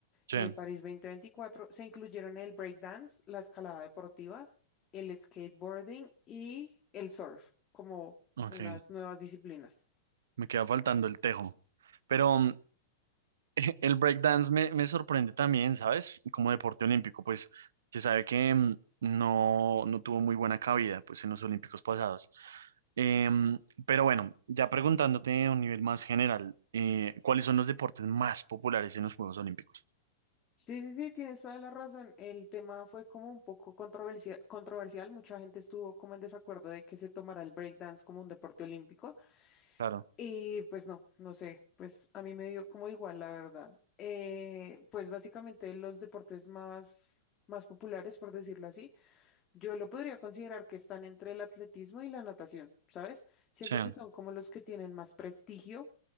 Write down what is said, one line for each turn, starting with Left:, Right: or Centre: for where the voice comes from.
Right: sí.
Left: eh, París 2024, se incluyeron el breakdance, la escalada deportiva, el skateboarding y el surf como
Right: Ok,
Left: unas nuevas disciplinas.
Right: me queda faltando el tejo. Pero, <laughs> El breakdance me, me sorprende también, ¿sabes? Como deporte olímpico, pues se sabe que mm, no, no tuvo muy buena cabida pues, en los olímpicos pasados. Em, pero bueno, ya preguntándote a un nivel más general, eh, ¿cuáles son los deportes más populares en los Juegos Olímpicos?
Left: Sí, sí, sí, tienes toda la razón. El tema fue como un poco controversia- controversial. Mucha gente estuvo como en desacuerdo de que se tomara el breakdance como un deporte olímpico.
Right: Claro,
Left: Y pues no, no sé, pues a mí me dio como igual, la verdad. Eh, pues básicamente los deportes más, más populares, por decirlo así, yo lo podría considerar que están entre el atletismo y la natación, ¿sabes? Siento
Right: sí,
Left: que son como los que tienen más prestigio